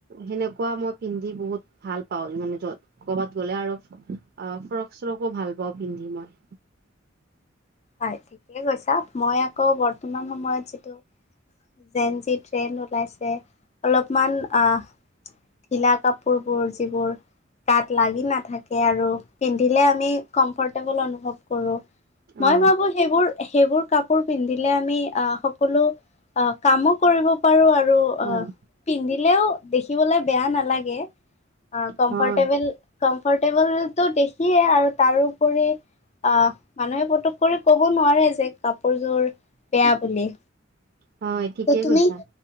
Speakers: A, on the right; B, on the left.
A: সেনেকুৱা মই পিন্ধি বহুত ভাল পাওঁ, মানে য'ত কবাত গ'লে আৰু অ', ফ্ৰক চ্ৰকো ভাল পাওঁ পিন্ধি মই।
B: হয় ঠিকেই কৈছা, মই আকৌ বৰ্তমান সময়ত যিটো জেন যি ট্ৰেইন ওলাইছে, অলপমান আহ ঢিলা কাপোৰ বোৰ যিবোৰ গাত লাগি নাথাকে আৰু পিন্ধিলে আমি কমফৰ্টেবল অনুভৱ কৰোঁ। মই
A: অ
B: ভাবো সেইবোৰ সেইবোৰ কাপোৰ পিন্ধিলে আমি আহ সকলো অ', কামো কৰিব পাৰো আৰু
A: হয়
B: অ', পিন্ধিলেও দেখিবলৈ বেয়া নালাগে অ', কমফৰটেবল
A: হয়
B: কমফৰ্টেবলটো বেছিয়ে আৰু তাৰোপৰি আহ', মানুহে পটুক কৰি কব নোৱাৰে যে, কাপোৰযোৰ বেয়া বুলি।
A: হয় ঠিকেই
B: ত' তুমি?
A: কৈছা